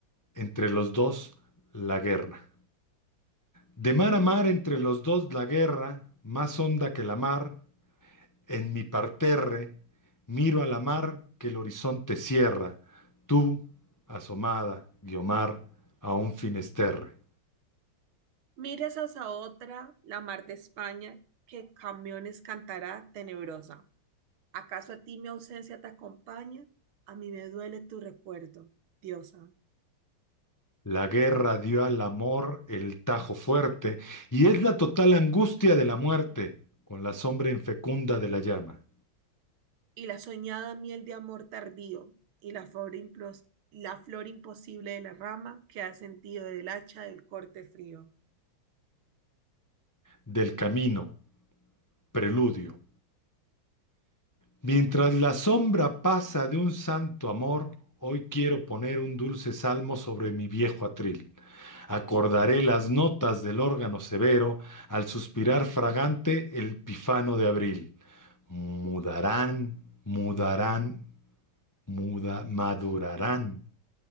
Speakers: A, on the left (about 25°); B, on the right (about 80°).
A: entre los dos, la guerra. De mar a mar entre los dos la guerra, más honda que la mar, en mi parterre, miro a la mar que el horizonte cierra, tú, asomada, Guiomar, a un finesterre.
B: Miras hacia otra, la mar de España, que camiones cantará tenebrosa ¿Acaso a ti mi ausencia te acompaña? A mí me duele tu recuerdo, diosa.
A: La guerra dio al amor el tajo fuerte, y es la total angustia de la muerte, con la sombra infecunda de la llama,
B: Y la soñada miel de amor tardío, y la flor, implos- la flor imposible de la rama que ha sentido del hacha del corte frío.
A: del camino, preludio, Mientras la sombra pasa de un santo amor, hoy quiero poner un dulce salmo sobre mi viejo atril. Acordaré las notas del órgano severo al suspirar fragante el pifano de abril. Mudarán, mudarán, muda- madurarán